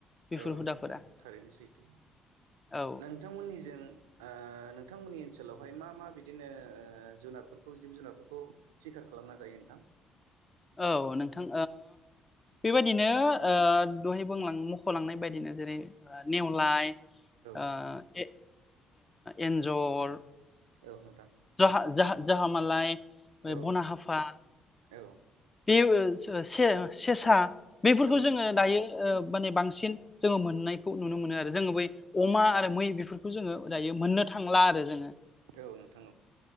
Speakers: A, on the left; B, on the right.
A: बेफोर
B: औ
A: हुदाफोरा
B: नोंथां थारैनो सैथो।
A: औ
B: नोंथांमोननिजों ओ नोंथांमोननि ओन सोलावहाय मा मा बिदिनो ओ जुनादफोरखौ जिब जुनारफोरखौ सिखार खालामना जायो नोंथां
A: औ नोंथां बेबायदिनो ओ दहाय बुंलां मख'लांनाय बायदिनो जेरै नेवलाय आ
B: नोंथां
A: ए एन्जर'
B: औ नोंथां
A: जाह जाहा मालाय
B: औ
A: बना
B: नोंथां
A: हाफा
B: औ
A: बे से सेसा बेफोरखौ जोङो
B: नोंथां
A: दायो माने बांसिन जोङो मोननायखौ नुनो मोनो आरो जोङो बै अमा आरो मै बेफोरखौ जोङो दायो मोननो थांला आरो जोङो
B: औ नोंथां औ नोंथां